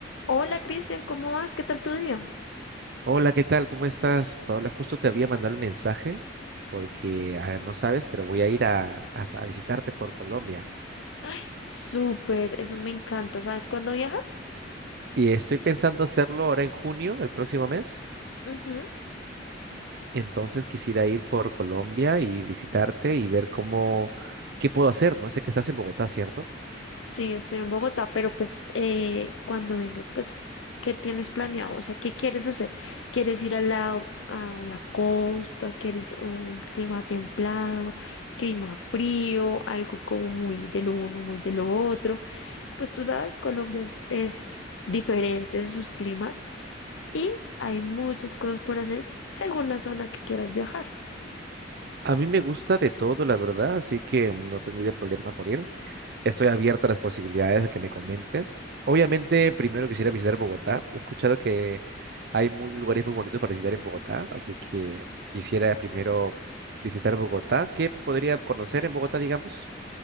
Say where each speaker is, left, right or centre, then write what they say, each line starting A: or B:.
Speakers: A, on the left; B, on the right.
A: Hola Cristian, ¿cómo vas? ¿Qué tal tu día?
B: Hola, ¿qué tal? ¿Cómo estás? Paola, justo te había mandado el mensaje porque ah, no sabes, pero voy a ir a, a s- a visitarte por Colombia.
A: Ay, súper, eso me encanta. ¿Sabes cuándo viajas?
B: Y estoy pensando hacerlo ahora en junio, el próximo mes.
A: Ujú.
B: Entonces quisiera ir por Colombia y visitarte y ver cómo, qué puedo hacer, ¿no? Sé que estás en Bogotá, ¿cierto?
A: Sí, estoy en Bogotá, pero pues eh, cuando vengas, pues, ¿qué tienes planeado? O sea, ¿qué quieres hacer? ¿Quieres ir al lado, a la costa? ¿Quieres un clima templado, clima frío, algo como muy de lo uno, muy de lo otro? Pues tú sabes, Colombia es, es diferente en sus climas y hay muchas cosas por hacer según la zona que quieras viajar.
B: A mí me gusta de todo, la verdad, así que no tendría problema por ir. Estoy abierto a las posibilidades a que me comentes. Obviamente, primero quisiera visitar Bogotá. He escuchado que hay muy- lugares muy bonitos para visitar en Bogotá, así que quisiera primero visitar Bogotá. ¿Qué podría conocer en Bogotá, digamos?